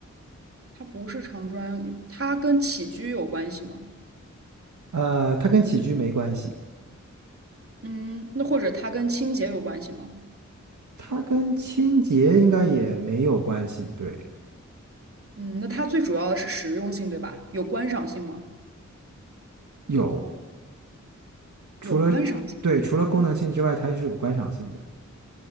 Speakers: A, on the right; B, on the right.
A: 它不是床专用品它跟起居有关系吗？
B: 呃，它跟起居没关系，
A: 嗯，那或者它跟清洁有关系吗？
B: 它跟清洁应该也没有关系。对，
A: 嗯，那它最主要的是实用性，对吧？有观赏性吗？
B: 有，除了对除了功能性之外，
A: 有观赏性哦，
B: 它是有观赏性的。